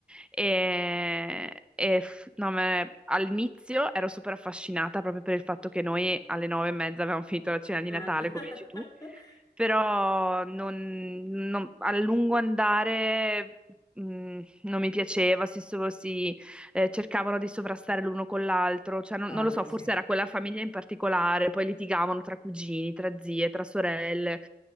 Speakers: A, in the centre; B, on the left (about 20°).
A: E, e f- no, me- all'inizio ero super affascinata proprio per il fatto che noi alle nove e mezza avevamo finito la cena di
B: Eh.
A: Natale,
B: <laughs>
A: come dici tu però non- non- a lungo andare mh, non mi piaceva, si, so- si, eh, cercavano di sovrastare l'uno con l'altro, cioè non,
B: Ah,
A: non lo
B: quello
A: so, forse
B: sì.
A: era quella famiglia in particolare, poi litigavano tra cugini, tra zie, tra sorelle,